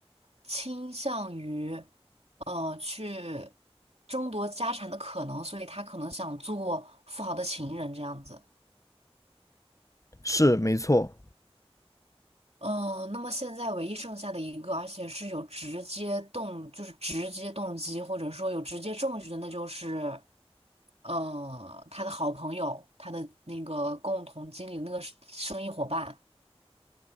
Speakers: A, on the right; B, on the left.
A: 倾向于，呃，去争夺家产的可能，所以他可能想做富豪的情人这样子。
B: 是没错，
A: 嗯、那么现在唯一剩下的一个，而且是有直接动，就是直接动机，或者说有直接证据的，那就是，呃，他的好朋友，他的那个共同经理的那个生生意伙伴。